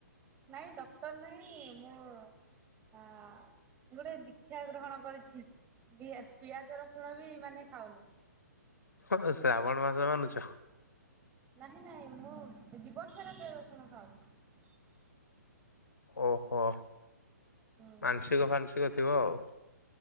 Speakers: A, on the right (about 20°); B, on the left (about 75°).
A: ନାଇଁ ଡକ୍ଟ ନାଇଁ ମୁଁ ଆ ଗୋଟେ ଦୀକ୍ଷା ଗ୍ରହଣ କରିଛି ପିଆଜ ରସୁଣ ବି ମାନେ ଖାଉନି।
B: ହଁ ଶ୍ରାବଣ ମାସ ମାନୁଛ।
A: ନାହିଁ ନାହିଁ ମୁଁ ଜୀବନ ସାରା ସେ ପିଆଜ ରସୁଣ ଖାଉନି।
B: ଓହୋ।
A: ହୁଁ
B: ମାନସିକ ଫାନସିକ ଥିବ ଆଉ।